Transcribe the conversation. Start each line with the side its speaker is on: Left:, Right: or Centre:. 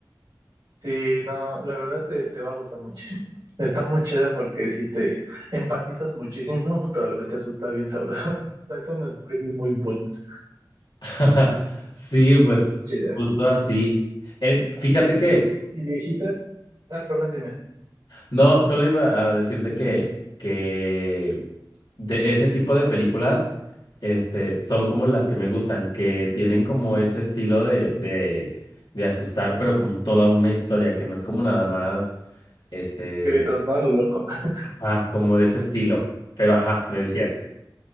Right: Sí, no, la verdad te, te va a gustar muchísimo. Está muy chida porque sí te empatizas muchísimo, pero a la vez te asusta bien sabroso. <laughs> Saca unas screams muy buenas.
Left: <laughs> Sí, pues
Right: Chida.
Left: justo así. Eh, fíjate que
Right: Oye, y, y viejitas. Ah, perdón, dime.
Left: No, solo iba a decirte que, que de ese tipo de películas, este, son como las que me gustan, que tienen como ese estilo de, de, de asustar, pero con toda una historia, que no es como nada más, este,
Right: Gritos, ¿no? A Lo loco. <laughs>
Left: ah, como de ese estilo. Pero ajá, me decías.